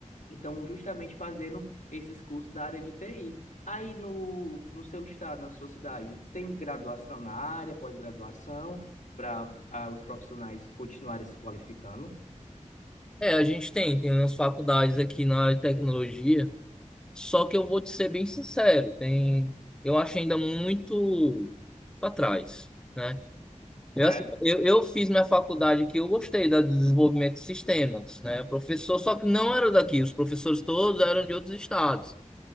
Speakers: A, on the left; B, in the centre.
A: então justamente fazendo esses cursos da área de TI. Aí no, no seu estado, na sua cidade, tem graduação na área, pós-graduação, para os profissionais continuarem se qualificando?
B: É, a gente tem, tem umas faculdades aqui na área de tecnologia, só que eu vou te ser bem sincero, tem, eu acho ainda muito para trás, né? Eu,
A: É?
B: assim, eu, eu fiz minha faculdade aqui, eu gostei da de desenvolvimento de sistemas, né? Professor, só que não era daqui, os professores todos eram de outros estados.